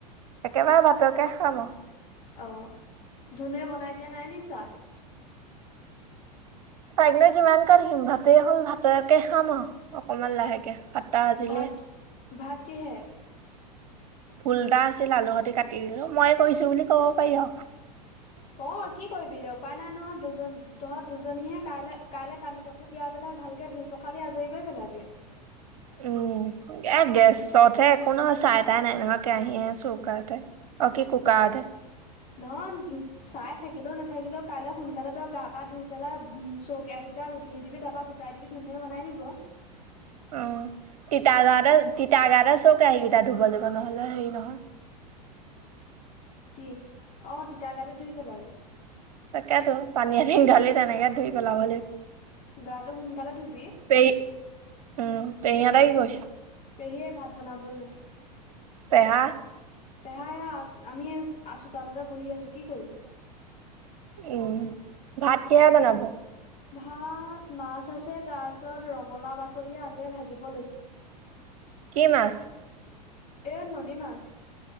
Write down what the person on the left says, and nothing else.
অ ধুনুুৱে বনাই দিয়া নাই নি চাহ
ভাত ভাত কিহে?
ক কি কৰিবি এতিয়া উপায় নাই নহয় দুজন তহঁত দুজনীহে তালে কাইলে কানি কাপোৰ তিয়াই পেলাই ভালকে ধুই পখালি আজৰি কৰি পেলাবি অ
অ
নহয় চাই থাকিলেও নাথাকিলেও কাইলে সোনকালে তই গা পা ধুই পেলাই চৰো কেৰাহী কেইটা ধুই দিবি তাপা গোটাই দিবি ধুনুয়ে বনাই দিব
কি অ তিতা গাতে ধুই পেলাবি
গাটো সোনকালে ধুবি
পেহীয়ে ভাত বনাব লৈছে
পেহা এয়া আমি আছো চুতালতে বহি আছো কি কৰিবি
ভাত মাছ আছে তাৰপিছত ৰঙালাও বাকলি আলুৱে ভাজিব লৈছে
এ নদী মাছ